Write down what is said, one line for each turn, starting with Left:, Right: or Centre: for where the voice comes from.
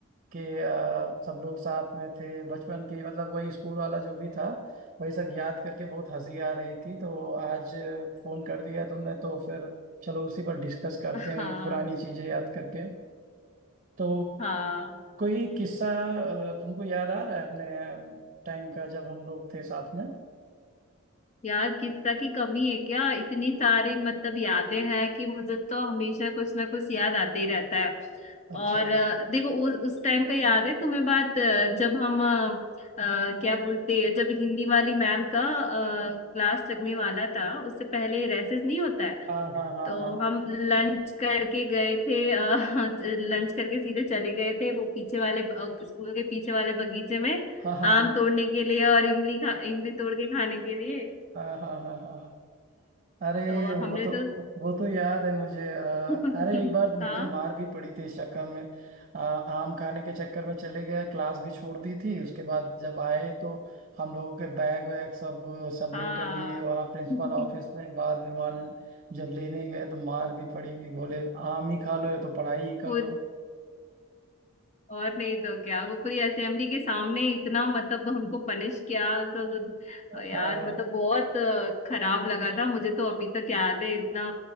Right: कि अ, सब लोग साथ में थे बचपन के मतलब वही स्कूल वाला जो भी था वही सब याद करके बहुत हंसी आ रही थी तो आज फोन कर दिया तुमने तो फिर चलो उसी पर डिस्कस करते हैं
Left: हाँ
Right: वही पुरानी चीजें याद करके तो
Left: हाँ
Right: कोई किस्सा अ, तुमको याद आ रहा है अपने टाइम का जब हम लोग थे साथ में
Left: यार किस्सा की कमी है क्या इतनी सारी मतलब यादें हैं कि मुझे तो हमेशा कुछ ना कुछ याद आते ही रहता है
Right: अच्छा
Left: और अ, देखो उस उस टाइम का याद है तुम्हें बात अ, जब हम अ, अ, क्या बोलते हैं जब हिंदी वाली मैम का क्लास लगने वाला था उससे पहले रेसेस नहीं होता है
Right: हाँ हाँ हाँ
Left: तो
Right: हाँ
Left: हम लंच करके गए थे लंच करके सीधे चले गए थे वो पीछे वाले ब- अ, स्कूल के पीछे वाले बगीचे में
Right: हाँ हाँ
Left: आम
Right: हाँ
Left: तोड़ने के लिए और इमली खा इमली तोड़ के खाने के लिए
Right: हाँ हाँ हाँ हाँ अरे
Left: तो
Right: वो
Left: हमने
Right: तो
Left: तो
Right: वो तो याद है मुझे अ,
Left: <laughs>
Right: अरे एक बार मुझे
Left: हाँ
Right: मार भी पड़ी थी इस चक्कर में अ, आम खाने के चक्कर में चले गए क्लास भी छोड़ दी थी उसके बाद जब आए तो हम लोगों के बैग वैग सब सबमिट
Left: हाँ
Right: कर लिए वहाँ प्रिंसिपल
Left: <laughs>
Right: ऑफिस में बाद में वहाँ जब लेने गए तो मार भी पड़ी भी बोले आम ही खा लो या तो पढ़ाई ही
Left: पूरी
Right: कर लो
Left: और नहीं तो क्या वो पूरी असेंबली के सामने इतना मतलब हमको पनिश किया सब यार
Right: हाँ
Left: मतलब बहुत अ, खराब लगा था मुझे तो अभी तक याद है इतना